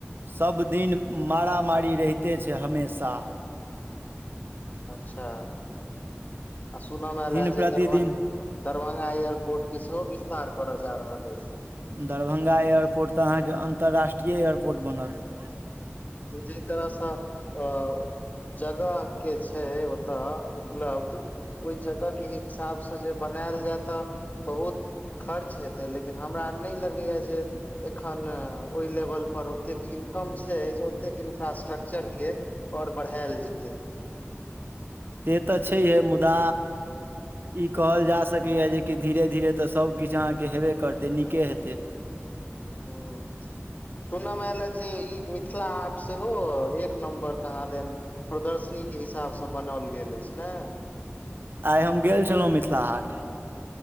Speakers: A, on the right; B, on the left.
A: सभदिन मारामारी रहिते छै, हमेशा
B: अच्छा? आ सुनमेएल
A: दिन
B: है जे
A: प्रतिदिन
B: दरभंग दरभंगा एयरपोर्ट के, सेहो विस्तार करऽ जा रहल अछि।
A: दरभंगा एयरपोर्ट तऽ, अहाँके अन्तर्राष्ट्रीय एयरपोर्ट बनत।
B: जैय तरह से अ जगह के छै ओतय उपलब्ध, ओहि जगहके हिसाबसँ जे बनायल जाय त। बहुत खर्च छी हेतै लेकिन हमरा नहि लगैये जे एखन ओहि लेवल पर त इनकम छै? ओतेक इन्फ्रास्ट्रक्चर के और बढ़ायल जेतै।
A: से त छैहे मुदा, ई कहल जा सकैए जे कि धीरे धीरे त सब किछु अहाँके हेबे करतै, नीके हेतै।
B: हुं। सुनवामे एयले जे ई मिथिला हाट सेहो एक नम्बर कहाँ दन प्रदर्शनी के हिसाब से बनाओल गेल अछि। ने
A: आइ हम गेल छलहुँ मिथिला हाट